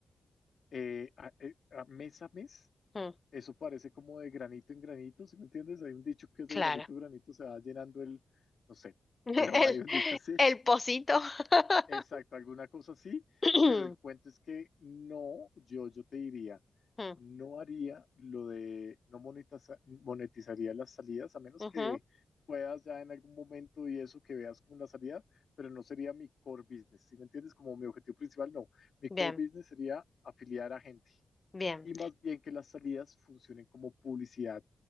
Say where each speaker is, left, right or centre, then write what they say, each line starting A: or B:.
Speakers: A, on the left (about 65°); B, on the left (about 35°).
A: eh, a, eh, a mes a mes,
B: ujú, mm,
A: eso parece como de granito en granito, ¿sí me entiendes? Hay un dicho que es
B: claro.
A: de granito en granito, se va llenando el, no sé,
B: <laughs> El,
A: pero hay un dicho así.
B: el pocito. <coughs>
A: Exacto, alguna cosa así,
B: <laughs>
A: pero el cuento
B: <clears throat>
A: es que no, yo, yo te diría,
B: Mm,
A: no haría lo de, no monetiza- monetizaría las salidas, a menos
B: ujú,
A: que puedas ya en algún momento y eso que veas como una salida, pero no sería mi core business, ¿sí me entiendes? Como mi objetivo principal, no, mi
B: Bien,
A: core business sería afiliar a gente
B: bien.
A: y más bien que las salidas funcionen como publicidad